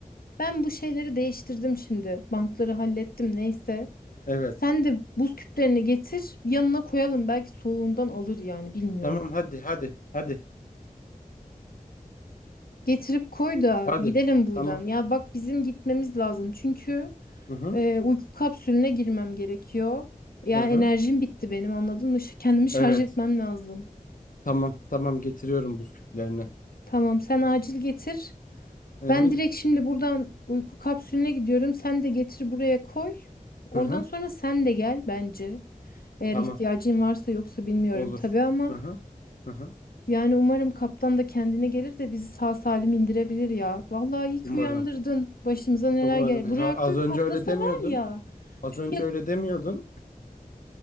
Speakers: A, on the left (about 80°); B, on the left (about 65°).
A: Ben bu şeyleri değiştirdim şimdi. Bantları hallettim neyse.
B: Evet.
A: Sen de buz küplerini getir yanına koyalım belki soğuğundan alır yani bilmiyorum.
B: Tamam hadi hadi hadi
A: Getirip koy da
B: hadi.
A: gidelim buradan.
B: Tamam.
A: Ya bak bizim gitmemiz lazım. Çünkü
B: Hı hı.
A: e, uyku kapsülüne girmem gerekiyor. Ya
B: Hı hı.
A: enerjim bitti benim anladın mı? Ş- Kendimi şarj
B: Evet.
A: etmem lazım.
B: Tamam tamam getiriyorum buz küplerini.
A: Tamam sen acil getir.
B: Hı
A: Ben
B: hı.
A: direkt şimdi buradan uyku kapsülüne gidiyorum. Sen de getir buraya koy. Oradan
B: Hı hı.
A: sonra sen de gel bence. Eğer
B: Tamam
A: ihtiyacın varsa yoksa bilmiyorum
B: olur.
A: tabii ama.
B: Hı hı. Hı hı.
A: Yani umarım kaptan da kendine gelir de bizi sağ salim indirebilir ya. Vallahi iyi ki
B: Umarım.
A: uyandırdın. Başımıza neler
B: Umarım.
A: gel. Bu
B: Ha,
A: reaktör
B: az
A: patlasa
B: önce öyle demiyordun.
A: var ya.
B: Az
A: Şu
B: önce
A: yak
B: öyle demiyordun.